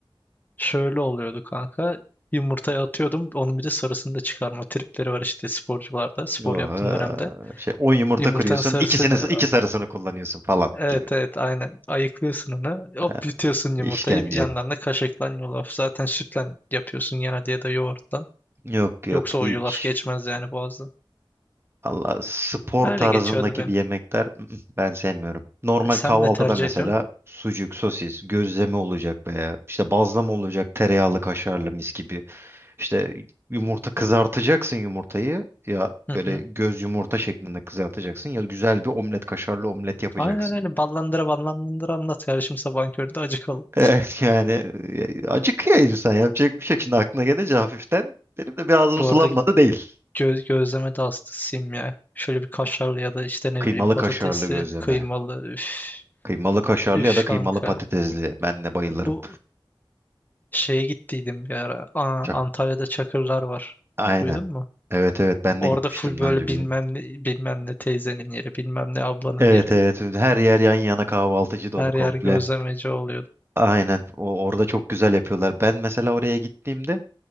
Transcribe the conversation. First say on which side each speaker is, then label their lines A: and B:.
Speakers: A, on the left; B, on the right.
A: Şöyle oluyordu kanka. Yumurtaya atıyordum. Onun bir de sarısını da çıkarma tripleri var işte sporcularda. Spor
B: Oha.
A: yaptığın dönemde.
B: Şey 10 yumurta
A: Yumurtanın
B: kırıyorsun
A: sarısını
B: ikisini iki sarısını kullanıyorsun falan
A: evet
B: gibi.
A: evet aynen ayıklıyorsun onu. Hop
B: Ha,
A: yutuyorsun yumurtayı.
B: İşkence.
A: Yanlarına kaşıklan yulaf. Zaten sütle yapıyorsun genelde ya da yoğurttan.
B: Yok yok
A: Yoksa o
B: hiç.
A: yulaf geçmez yani boğazdan.
B: Allah spor
A: Öyle
B: tarzındaki
A: geçiyordu benim.
B: bir yemekler ı-ı, ben sevmiyorum. Normal
A: Ay, Sen
B: kahvaltıda
A: ne tercih
B: mesela
A: ediyorsun?
B: sucuk, sosis, gözleme olacak veya işte bazlama olacak tereyağlı kaşarlı mis gibi. İşte yumurta kızartacaksın yumurtayı ya
A: <laughs>
B: böyle göz yumurta şeklinde kızartacaksın ya güzel bir omlet kaşarlı omlet yapacaksın.
A: Aynen öyle. Ballandıra
B: <laughs>
A: ballandıra anlat kardeşim sabahın köründe acıkalım.
B: Evet yani e, acıkıyor insan yapacak bir şey. Şimdi aklına gelince hafiften benim de bir ağzım
A: Bu
B: sulanmadı
A: arada
B: değil.
A: göz, gözleme de aslında sim ya. Şöyle bir kaşarlı
B: Of,
A: ya da işte ne
B: kıymalı
A: bileyim patatesli,
B: kaşarlı gözleme.
A: kıymalı. Üf,
B: Kıymalı kaşarlı
A: üf
B: ya da kıymalı
A: kanka.
B: patatesli. Ben de bayılırım.
A: Bu şeye gittiydim bir ara. Aa,
B: Çok-
A: Antalya'da Çakırlar var.
B: Aynen.
A: Duydun mu?
B: Evet evet ben
A: Orada
B: de gitmiştim
A: full böyle
B: daha önce
A: bilmem
B: biliyorum.
A: ne, bilmem ne teyzenin yeri, bilmem ne ablanın
B: Evet
A: yeri.
B: evet her yer yan yana kahvaltıcı dolu
A: Her
B: komple.
A: yer gözlemeci oluyordu.
B: Aynen o, orada çok güzel yapıyorlar. Ben mesela oraya gittiğimde